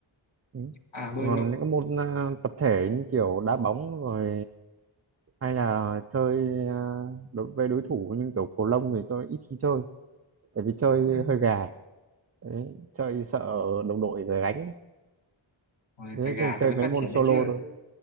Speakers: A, on the right; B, on the left.
A: Ừ.
B: à bơi
A: Còn
B: lội
A: những cái môn à, tập thể như kiểu đá bóng rồi hay là chơi à, đối với đối thủ như kiểu cầu lông thì tôi ít khi chơi tại vì chơi
B: ừ.
A: hơi gà đấy, chơi sợ đồng đội về gánh ấy.
B: Ôi,
A: thế
B: phải gà
A: thì
B: thì
A: chơi
B: mới
A: mấy
B: phát
A: môn
B: triển được
A: solo
B: chứ
A: thôi